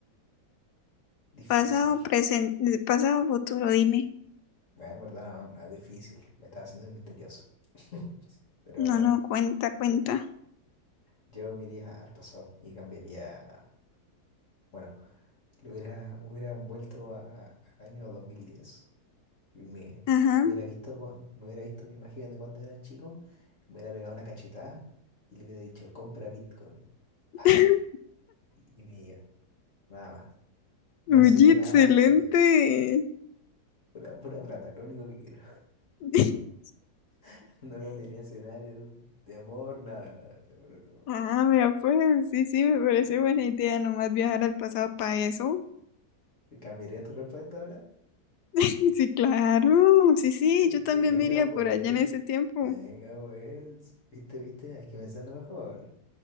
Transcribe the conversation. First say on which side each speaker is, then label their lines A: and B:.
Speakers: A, on the left; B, on the left.
A: difícil.
B: pasado, presente, pasado, futuro? Dime.
A: Bueno, en verdad no, no es difícil, me estaba haciendo el misterioso. <laughs> Pero
B: No, no, cuenta, cuenta.
A: yo me iría al pasado y cambiaría, bueno, lo hubiera, hubiera vuelto a- al año dos mil diez Y me, me
B: Ajá.
A: hubiera visto, cuando- me hubiera visto mi imagen de cuando era chico, me hubiera pegado una cachetada y le hubiera dicho, compra Bitcoin. Pa,
B: <laughs>
A: y, y me iba, nada más. No
B: Oye,
A: necesito
B: excelente.
A: nada más en esta vida. Pura, pura plata, lo único que quiero.
B: <laughs>
A: <laughs> No cambiaría escenario de amor, nada, nada. No, no, no.
B: Ah, vea, pues sí, sí, me parece
A: Le-
B: buena idea nomás viajar al pasado para eso.
A: ¿Cambiaría tu respuesta ahora?
B: <laughs> Sí, claro. Sí, sí, yo también
A: Venga,
B: me iría
A: pues.
B: por allá en ese tiempo.
A: Venga, pues. ¿Viste, viste? Hay que pensarlo mejor.